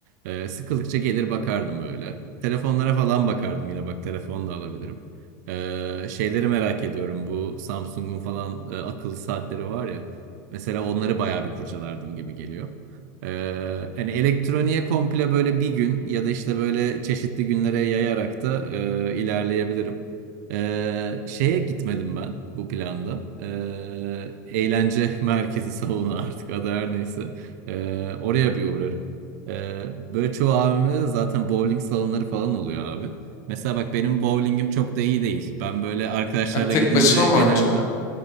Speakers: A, on the right; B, on the left.
A: Ee, sıkıldıkça gelir bakardım böyle. Telefonlara falan bakardım yine bak telefonla alabilirim. Ee, şeyleri merak ediyorum bu Samsung'un falan e, akıllı saatleri var ya. Mesela onları bayağı bir kurcalardım gibi geliyor. Ee, hani elektroniğe komple böyle bir gün ya da işte böyle çeşitli günlere yayarak da e, ilerleyebilirim. Ee, şeye gitmedim ben bu planda. Ee, eğlence <laughs> merkezi salonu artık adı her neyse. Ee, oraya bir uğrarım. Ee, böyle çoğu AVM'de de zaten bowling salonları falan oluyor abi. Mesela bak benim bowlingim çok da iyi değil. Ben böyle arkadaşlarla
B: Ya tek
A: gidince
B: başına mı
A: genelde
B: oynayacaksın abi?